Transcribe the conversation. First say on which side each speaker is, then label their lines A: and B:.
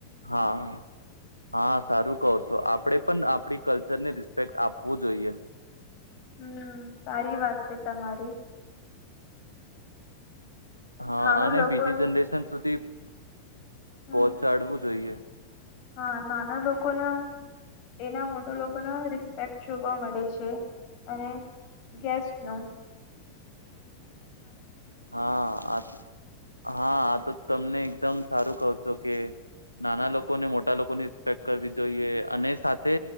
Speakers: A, on the right (about 90°); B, on the left (about 45°).
A: હા હા સારું કહ છો આપણેે પણ આપડી કલ્ચર ને રિસ્પેક્ટ આપવું જોઈએ
B: હમ સારી વાત છે તમારી
A: હા
B: નાનો
A: અને
B: લોકોનું
A: બીજી જનરેશન સુધી
B: હમ
A: પહચાડવું જોઈએ
B: હા નાના લોકોનો એના મોટા લોકોનો રિસ્પેક્ટ જોવા મળે છે અને ગેસ્ટ ન
A: હા આ હા આ તો તમને એકદમ સારું કહ છો કે નાના લોકોને મોટા લોકોની રિસ્પેક્ટ કરવી જોઈએ અને સાથે